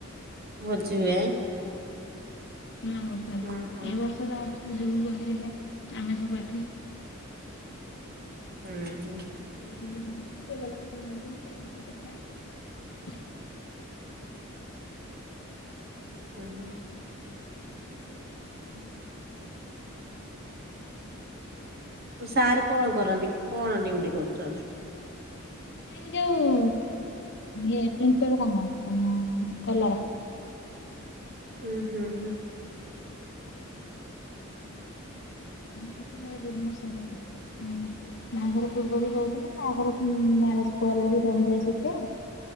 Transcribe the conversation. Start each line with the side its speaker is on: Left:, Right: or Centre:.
Right: ଭୋଜି
Left: ଅ
Right: ହୁଏ
Left: ହଁ <unintelligible>
Right: ଓହୋ
Left: ଏ ବର୍ଷ ତ ବାହାରିଛୁ ଯିବୁ ବୋଲି ଦେଖିଆ। ଆମେ ସବୁ ଏଠୁ
Right: ହୁଁ ହୁଁ।
Left: <inaudible> ଦେଖା।
Right: ଉ ହୁ।
Left: ହୁଁ।
Right: ସାର୍ କଣ କରନ୍ତି, କଣ ଡିଉଟି କରୁଛନ୍ତି?
Left: ସେ ଯଉ ଓ ଏ ଏଠି ଫିର୍ କାମ ଉମ୍ କଲର।
Right: ହୁଁ ହୁଁ ହୁଁ।
Left: ମୁଁ ତ ନାଇ ଭୁବନେଶ୍ୱର ରେ ଉମ୍ ବାହାଘର ପୂର୍ବରୁ ବହୁ ଥିଲେ ଆଗରୁ ଉମ୍ ମ୍ୟାରେଜ ପରେ ବି ରହିଲେ ସେଠେ।